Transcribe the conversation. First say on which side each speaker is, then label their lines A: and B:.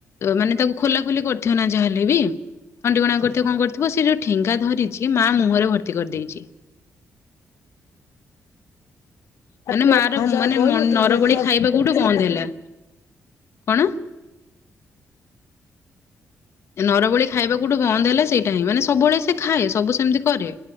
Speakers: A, on the left; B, on the left.
A: ମାନେ ତାକୁ ଖୋଲା ଖୋଲି କରିଥିବ ନା ଯାହା ହେଲେ ବି। ତଣ୍ଟିକଣା କରିଥିବ କଣ କରିଥିବ ସେ ଯୋଉ ଠେଙ୍ଗା ଧରିଛି ମା ମୁହଁରେ ଭର୍ତ୍ତି କରିଦେଇଛି।
B: ଯାହା
A: ମାନେ ମା ର ମାନେ
B: ଯାହା କହିଲୁ ଟିକେ
A: ନର
B: ନେଟୱାର୍କ
A: ଭଳି ଖାଇବା
B: ପ୍ରୋବ୍ଲେମ
A: କୋଉଠୁ
B: ଥିଲା
A: ବନ୍ଦ ହେଲା, କଣ? ନରବଳି ଖାଇବା କୋଠୁ ବନ୍ଦ ହେଲା ସେଇଟା ହିଁ ମାନେ ସବୁବେଳେ ସେ ଖାଏ, ସବୁ ସେମିତି କରେ।